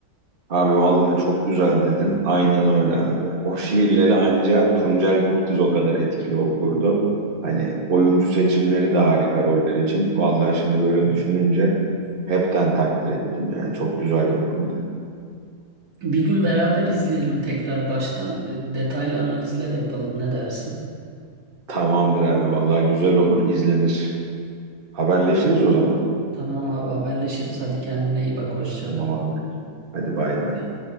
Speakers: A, on the right (about 35°); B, on the right (about 75°).
A: Abi vallahi çok güzel dedin. Aynen öyle abi. O şiirleri anca Tuncel Kurtiz o kadar etkili okurdu. Hani oyuncu seçimleri de harika roller için. Vallahi şimdi böyle düşününce hepten takdir ettim yani. Çok güzel yapımdı.
B: Bir gün beraber izleyelim tekrar baştan. E, Detaylı analizler yapalım. Ne dersin?
A: Tamamdır abi vallahi güzel olur izlenir. Haberleşiriz o zaman.
B: Tamam abi haberleşiriz. Hadi kendine iyi bak. Hoşça
A: Tamam
B: kal.
A: abi. Hadi bay bay.